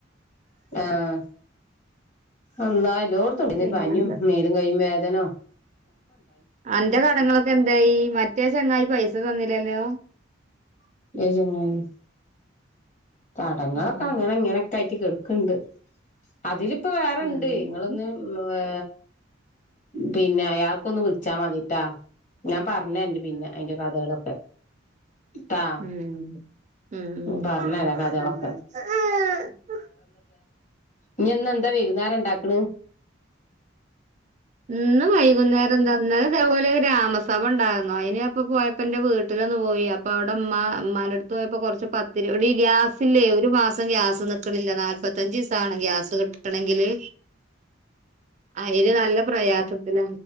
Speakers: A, on the left; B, on the right.
A: ആഹ എന്നാല് ലോട്ത്തുണ്ടി
B: പിന്നെന്താ
A: പനിയും മേലും കൈയ്യും വേദനോം
B: അന്റെ കടങ്ങളൊക്കെന്തായി മറ്റേ ചങ്ങായി പൈസ ഇത് തന്നില്ലല്ലേോ
A: <unintelligible> കടങ്ങളൊക്കങ്ങനെങ്ങനൊക്കായിട്ട്
B: ഉം
A: കിടക്കുന്നുണ്ട് അതില് ഇപ്പൊ വേറണ്ട്
B: ഉം
A: ങ്ങളൊന്ന് വേ പിന്നെ അൾക്കൊന്ന് വിളിച്ചാ മതിട്ടാ ഞാൻ പറഞ്ഞരന്റ് പിന്നെ അയിന്റെ കഥകളൊക്കെ ട്ടാ
B: <unintelligible>
A: പറഞ്ഞരാ കഥകളൊക്കെ ഇഞ് എന്താ വൈകുന്നേരം ഉണ്ടാക്കണ്
B: ഉന്ന് വൈകുന്നേരം എന്താ ഇന്നലതേപോലെ ഗ്രാമസഭ ഉണ്ടായിരുന്നു അയിനി അപ്പ പോയപ്പോ എന്റെ വീട്ടിലൊന്ന് പോയി അപ്പ അവിടെമ്മ നാലടുത്തു പോയപ്പോ കുറച്ചു പ എടി ഗ്യാസില്ലേ ഒരു മാസം ഗ്യാസ് നിൽക്കനില്ല നാല്പത്തഞ്ച് ദിവസം ആകണ് ഗ്യാസ് കിട്ടണങ്കില് അയില് നല്ല പ്രയാസത്തില